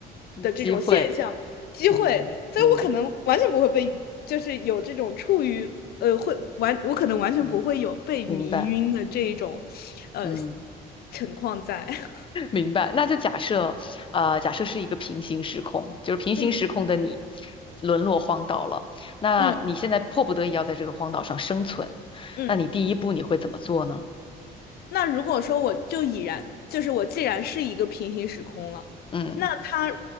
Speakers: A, on the left (about 65°); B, on the left (about 30°).
A: 的这种现象。
B: 机会，
A: 机会，
B: 嗯嗯
A: 所以我可能完全不会被，就是有这种处于呃会完，我可能完全不会有被迷晕的这一种
B: 嗯，明白，
A: 呃
B: 嗯。
A: 情况在。<laughs>
B: 明白，那就假设，呃，假设是一个平行时空，就是平行时空的你
A: 嗯
B: 沦落荒岛了，那你现在迫不得已要在这个荒岛上生存，
A: 嗯嗯。
B: 那你第一步你会怎么做呢？
A: 那如果说我就已然，就是我既然是一个平行时空了，
B: 嗯
A: 那它